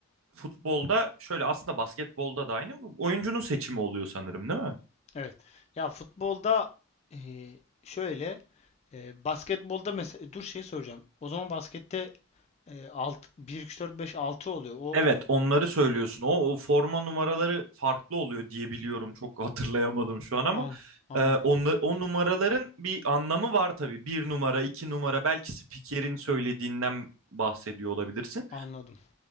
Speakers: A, on the right; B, on the left.
A: futbolda şöyle aslında basketbolda da aynı oyuncunun seçimi oluyor sanırım değil mi?
B: Evet. Ya futbolda e, şöyle E, basketbolda mesela dur şey soracağım. O zaman baskette e, alt, 1 2 3 4 5 6 oluyor. O
A: Evet, onları söylüyorsun. O, o forma numaraları farklı oluyor diye biliyorum. Çok hatırlayamadım şu an ama
B: an anladım.
A: e, onla- o numaraların bir anlamı var tabii. Bir numara, iki numara belki spikerin söylediğinden bahsediyor olabilirsin.
B: Anladım.